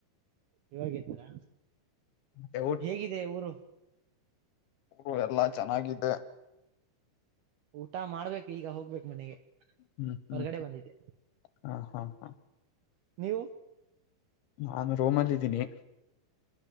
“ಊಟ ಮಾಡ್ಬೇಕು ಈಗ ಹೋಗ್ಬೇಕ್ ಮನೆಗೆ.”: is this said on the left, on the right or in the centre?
Right